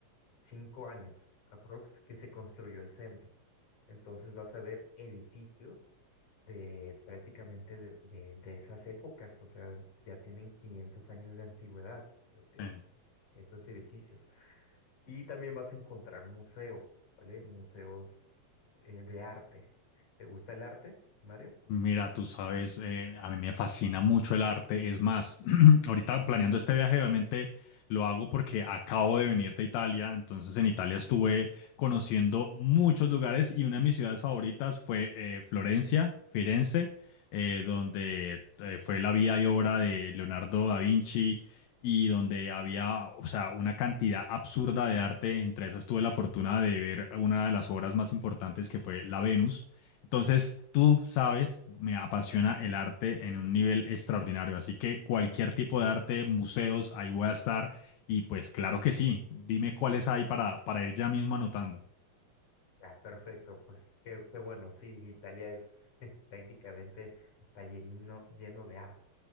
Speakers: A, on the left; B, on the left.
A: cinco años aprox que se construyó el centro. Entonces vas a ver edificios de prácticamente de, de- de esas épocas, o sea, ya tienen 500 años de antigüedad eh,
B: sí.
A: eh, esos edificios. Y también vas a encontrar museos, ¿vale? Museos eh, de arte. ¿Te gusta el arte, Mario?
B: Mira, tú sabes, eh, a mí me fascina mucho el arte. Es más, <clears throat> ahorita planeando este viaje, obviamente lo hago porque acabo de venir de Italia. Entonces, en Italia estuve conociendo muchos lugares y una de mis ciudades favoritas fue eh, Florencia, Firenze, eh, donde eh, fue la vida y obra de Leonardo da Vinci y donde había, o sea, una cantidad absurda de arte. Entre esas tuve la fortuna de ver una de las obras más importantes que fue La Venus entonces, tú sabes, me apasiona el arte en un nivel extraordinario, así que cualquier tipo de arte, museos, ahí voy a estar y pues claro que sí, dime cuáles hay para, para ir ya mismo anotando.
A: Ah, perfecto, pues qué, qué bueno, sí, Italia es <laughs> prácticamente, está lleno, lleno de arte.